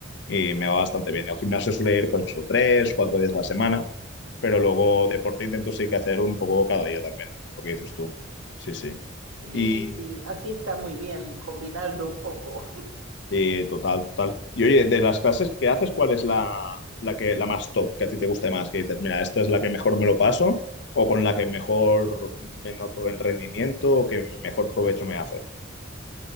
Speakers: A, on the left; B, on the right.
A: y me va bastante bien. Al gimnasio suele ir pues eso, tres, cuatro días a la semana, pero luego deporte intento sí que hacer un poco cada día también, lo que dices tú. Sí, sí.
B: Sí,
A: Y
B: sí, así está muy bien combinarlo un poco.
A: sí, total, total. Y oye, de las clases que haces, ¿cuál es la, la que, la más top que a ti te guste más? Que dices, mira, esta es la que mejor me lo paso o con la que mejor me noto en rendimiento o que mejor provecho me hace.